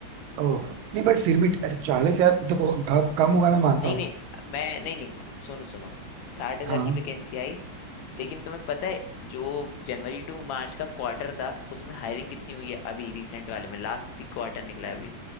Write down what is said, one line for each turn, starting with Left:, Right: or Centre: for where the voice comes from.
Right: ओ नहीं बट फिर भी चालीस हजार देखो घ- कम हुआ मैं मानता
Left: नहीं
Right: हूँ
Left: नहीं मैं नहीं नहीं सुनो सुनो साठ हजार
Right: हाँ
Left: की वैकेंसी आई लेकिन तुम्हें पता है जो जनवरी टू मार्च का क्वार्टर था उसमें हायरिंग कितनी हुई है अभी रिसेंट वाले में लास्ट ही क्वार्टर निकला है अभी